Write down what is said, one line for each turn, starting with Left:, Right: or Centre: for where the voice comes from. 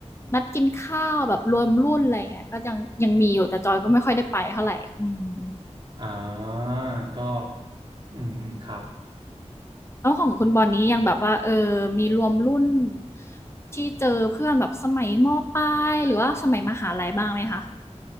Left: นัดกินข้าวแบบรวมรุ่นอะไรอย่างเงี้ยก็ยังยังมีอยู่แต่จอยก็ไม่ค่อยได้ไปเท่าไหร่อืม
Right: อ่าก็อืมอืมครับ
Left: แล้วของคุณบอลนี้ยังแบบว่าเออมีรวมรุ่นที่เจอเพื่อนแบบสมัยมปลายหรือว่าสมัยมหาลัยบ้างไหมคะ